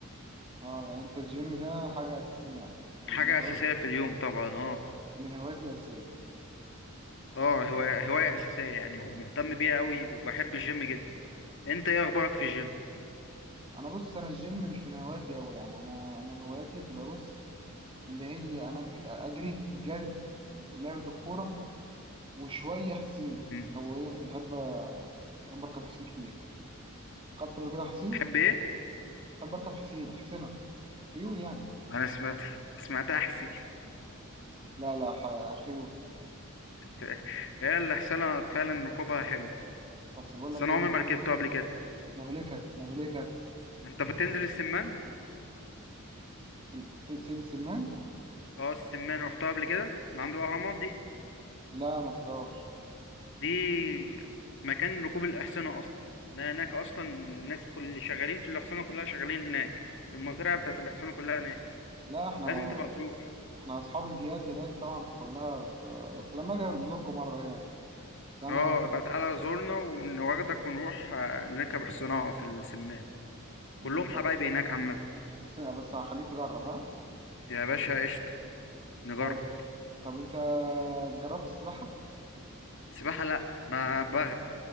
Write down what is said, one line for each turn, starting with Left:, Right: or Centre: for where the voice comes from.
Right: اه يعني انت الجيم ده حاجة اساسية معاك من
Left: حاجة أساسية
Right: هوايات
Left: في اليوم طبعا اه
Right: من هواياتي الأساسية
Left: اه هواية هواية أساسية يعني ومهتم بيها أوي وبحب الجيم جدا أنت إيه أخبارك في الجيم؟
Right: انا بص انا الجيم مش من هواياتي أوي يعني انا انا هواياتي بتبقى بص اللي هي انا أج- اجري جري لعبه الكوره وشويه حسين
Left: م،
Right: اللي هو ايه بحب بحب اركب حسين كتير ركبت قبل كده حسين
Left: تحب إيه؟
Right: بحب اركب حسين حسينة خيول يعني
Left: أنا سمعت سمعت أحسي
Right: لا لا ح- خيول
Left: <laughs> هي اللي حصلها فعلا ركوبها حلو
Right: بس بقول
Left: بس
Right: لك
Left: أنا
Right: ايه
Left: عمري
Right: مه-
Left: ما ركبته قبل كده
Right: مهلكه مهلكه
Left: أنت بتنزل السمان؟
Right: السم- س- سيد السمان
Left: اه السمان روحتها قبل كده اللي عند الأهرامات دي
Right: لا محتاج
Left: دي مكان ركوب الأحصنة أصلا ده هناك أصلا الناس كل اللي شغالين في الأحصنة كلها شغالين هناك المزرعة بتاعت الأحصنة كلها هناك
Right: لا احنا
Left: لازم تبقى تروح
Right: احنا اصحاب الجياد هناك طبعا فكلها س- بس لما اجي ازوركم مره هناك بس انا
Left: اه بقى تعالى زورنا ونواخدك ونروح آه، نركب حصانة في السمان
Right: مم،
Left: كلهم
Right: طب
Left: حبايبي هناك عامة
Right: بس بس هخليك تجرب ها
Left: يا باشا قشطة نجرب
Right: طيب طب انت جربت السباحه
Left: سباحة لا ما بغرق